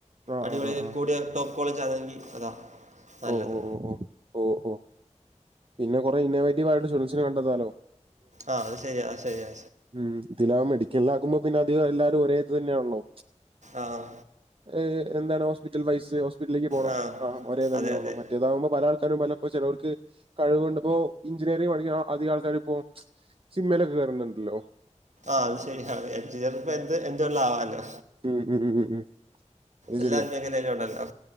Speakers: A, on the right; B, on the right.
A: ആഹ്
B: അടിപൊളി
A: ആഹ് ആഹ് ആഹ്
B: കൂടിയ ടോപ്പ് കോളേജ് ആണെങ്കിൽ അതാ. നല്ലത്
A: ഓ ഓ ഓ ഓ ഓ ഓ പിന്നെ കുറെ ഇന്നോവേറ്റീവ് ആയിട്ടുള്ള <unintelligible> കണ്ടത്താല്ലോ.
B: ആഹ് അത് ശരിയാ ശരിയാ.
A: ഉം ഇദിലാ മെടിക്കലിലാക്കുമ്പോ പിന്നെ അധികം എല്ലാവരും ഒരേത് തന്നെയാണല്ലോ.
B: ആഹ്
A: ഏ എന്താണ് ഹോസ്പിറ്റൽ പൈസ് ഹോസ്പിറ്റലിലേക്ക് പോണം
B: ആ
A: ആഹ് ഒരേ തന്നെ
B: അതെ
A: ഉള്ള
B: അതെ
A: മറ്റേതാവുമ്പോ പല ആൾക്കാരും പല. ഇപ്പ ചേലോർക്. കഴിവ് കണ്ട ഇപ്പോ എഞ്ചിനീയറിംഗങ് പഠിക്ക അധിക ആൾക്കാരും ഇപ്പോ സിനിമയിലൊക്കെ കേയറുന്നുണ്ടല്ലോ.
B: ആഹ് അത് ശരിയാ ഇപ്പ എന്ത് എന്ത് വേണേലും ആവാലോ.
A: ഉം ഉം ഉ ഉം ഉം. അത്
B: എല്ലാ
A: ശരിയാ
B: മേഖലയിലും ഉണ്ടല്ലോ